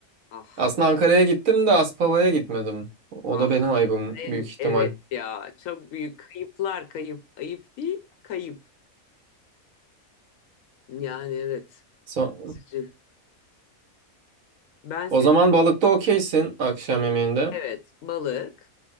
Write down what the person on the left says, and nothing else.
Ah,
ah.
En
evet ya çok büyük kayıplar kayıp ayıp değil kayıp yani evet
üzücü. Ben seni
evet balık